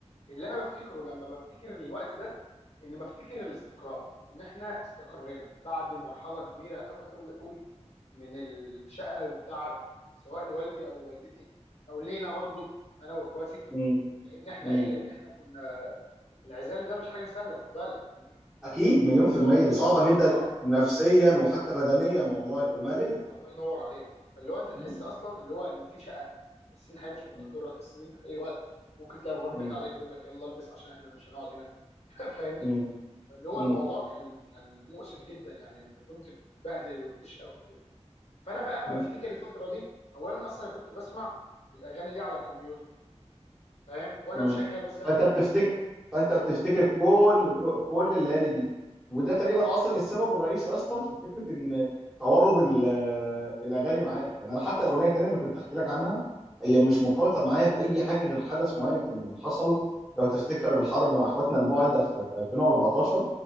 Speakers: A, on the left (about 65°); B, in the centre.
A: اللي انا بفتكره لما بفتكر الوقت ده ان بفتكر الاستقرار ان احنا استقرينا بعد مرحله كبيره قوي قوي قوي من الشقه والتعب سواء لوالدي او لوالدتي او لينا برضو انا واخواتي
B: مم.
A: لان احنا
B: مم.
A: ايه لان احنا كنا العزال ده مش حاجه سهله خد بالك يعني
B: اكيد مليون
A: موضوع
B: في المية
A: موضوع
B: ده صعبة
A: صعب
B: جدا
A: اه
B: نفسيا وحتى بدنيا والله وماليا
A: الله ينور عليك فاللي هو انت
B: مم.
A: تحس اصلا اللي هو ان في شقه تحس ان الحياه مش مستقره
B: مم.
A: تحس ان انت في اي وقت ممكن تلاقي باباك
B: مم.
A: داخل عليك بيقول لك يلا البس عشان احنا مش هنقعد هنا <laughs> فاهمني
B: مم.
A: اللي هو
B: مم.
A: الموضوع كان كان مؤسف جدا يعني انت كنت بتبهدل وبتشقى وكده فانا بقى اما
B: مم.
A: بفتكر الفتره دي اولا اصلا أنا كنت بسمع الاغاني دي على الكمبيوتر فاهم وانا
B: مم.
A: مشغل مثلا
B: فانت
A: لعبه
B: بتفتكر
A: مثلا
B: فانت بتفتكر كل كل الليالي دي وده تقريبا
A: اه افتكر
B: اصلا السبب الرئيسي اصلا في فكرة ان توارد ال- الاغاني معاك يعني انا حتى الاغنية التانية اللي كنت احكي لك عنها هي مش مرتبطة معايا بأي حاجة غير حدث معين كان حصل لو تفتكر الحرب مع اخواتنا البعدة في في 2014